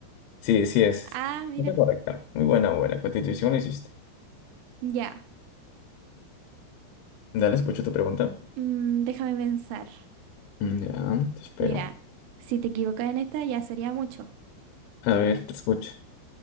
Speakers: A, on the left; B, on the right.
A: Sí, sí es.
B: Ah, mira.
A: Está correcta. Muy buena, buena. Constitución la hiciste.
B: Ya.
A: Dale, escucho tu pregunta.
B: Mm, déjame pensar.
A: Mm, Ya, te espero.
B: Mira, si te equivocas en esta ya sería mucho.
A: A ver, te escucho.